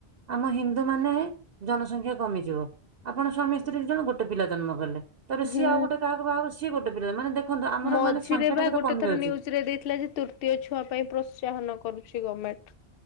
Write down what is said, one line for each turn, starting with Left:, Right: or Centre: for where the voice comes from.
Right: ଆମ ହିନ୍ଦୁ ମାନେ ଜନସଂଖ୍ୟା କମିଯିବ। ଆପଣ ସ୍ୱାମୀ ସ୍ତ୍ରୀ ଦି ଜଣ ଗୋଟେ ପିଲା ଜନ୍ମ କଲେ, ତାପରେ ସିଏ
Left: ହୁଁ।
Right: ଆଉ ଗୋଟେ କହାକୁ ବାହାହବ ସିଏ ଗୋଟେ ପିଲା ମାନେ ଦେଖନ୍ତୁ ଆମର
Left: ମଝିରେ
Right: ମାନେ ସଂଖ୍ୟା
Left: ବା
Right: ଟା କେତେ
Left: ଗୋଟେ
Right: କମି
Left: ଥର
Right: ଯାଉଛି।
Left: ନ୍ୟୁଜ ରେ ଦେଇଥିଲା ଯେ ତୁର୍ ତତୀୟ ଛୁଆ ପାଇଁ ପ୍ରୋତ୍ସାହନ କରୁଛି ଗଭର୍ଣ୍ଣମେଣ୍ଟ।